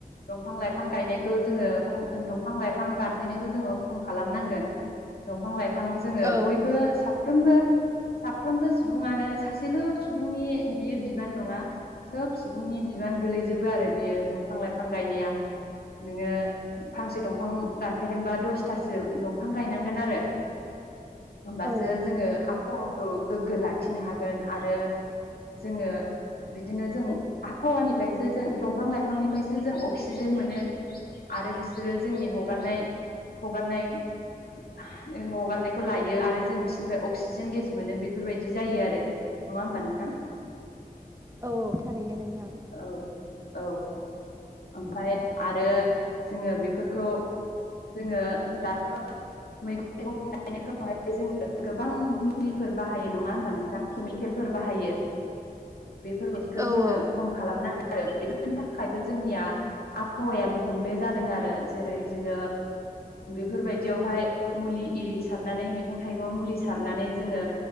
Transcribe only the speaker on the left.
दंफां- लाइफां गायनायखौ जोङो खम दंफां- लाइफां दानफायनायखौ जोङो खम खालामनांगोन दंफां- लाइ फां जोङो
बयबो साब फ्रोमबो साफ्रोमबो सुबुङानो सासेल' सुबुंनि बियो बिबान नङा सोब सुबुंनि बिबान गोलैजोबो आरो बियो दंफां- लाइफां गायनाया नोङो फांसे दंफां दानफैदोंबा दसथासो दफां गायनांगोन आरो होमबासो
जोङो आप <unintelligible> हावाखौ गोग्गो लाखिनो हागोन आरो जोङो बिदिनो जों आबहावानिफायसो जों दंफां -लाइफांनिफ्रायसो जों अक्सिजेन मोनो आरो बिसोरो जोंनि हगारनाय हगारनाय हा ओ हगारनायखौ लायो आरो जों बिसोरनिफाय अक्सिजेन गेस मोनो बेफोरबायदि जायो आरो नङा होमबा नोंथां
औ औ। ओमफाय आरो जोङो बेफोरखौ जोङो दाथ' मैगं थाइगंनायावहाय जोङो गोबां मुलिफोर बाहायो नङा होमबा नोंथां केमिकेलफोर बाहायो। बेफोरबायदिखौ
जोङो
खम खालामनांगोन। आरो बेफोरनि थाखायबो ज। जोंनि आबहावाया गुबुंले जादों आरो जेरै जोङो बेफोरबायदियावहाय मुलि आररि सारनानै मैगं थाइगं मुलि सारनानै जोङो